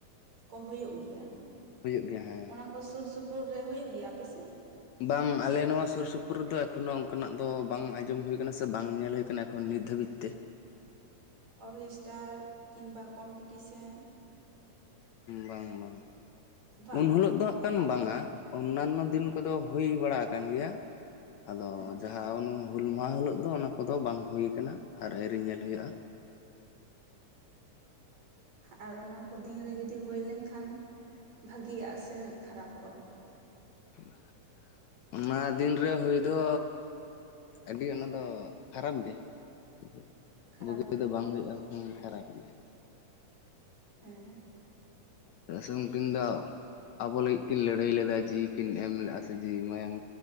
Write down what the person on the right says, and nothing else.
ᱠᱚ ᱦᱩᱭᱩᱜ ᱜᱮᱭᱟ᱾
ᱚᱱᱟ ᱥᱩᱨ ᱥᱩᱯᱩᱨ ᱨᱮ ᱦᱩᱭᱩᱜ ᱜᱮᱭᱟ ᱟᱯᱮᱥᱮᱫ?
ᱚᱨᱜᱮᱥᱴᱟᱨ ᱠᱤᱝᱵᱟ ᱠᱚᱢᱯᱤᱴᱤᱥᱮᱱ,
ᱵᱟᱝ
ᱵᱟᱝ
ᱦᱮᱸ
ᱟᱨ ᱚᱱᱟ ᱠᱚ ᱫᱤᱱᱨᱮ ᱡᱩᱫᱤ ᱦᱳᱭ ᱞᱮᱱᱠᱷᱟᱱ, ᱵᱷᱟᱜᱤᱭᱟᱜ ᱥᱮ ᱠᱷᱟᱨᱟᱯᱚᱜᱼᱟ?
ᱠᱷᱟᱨᱟᱯ
ᱜᱮᱭᱟ
ᱦᱮᱸ,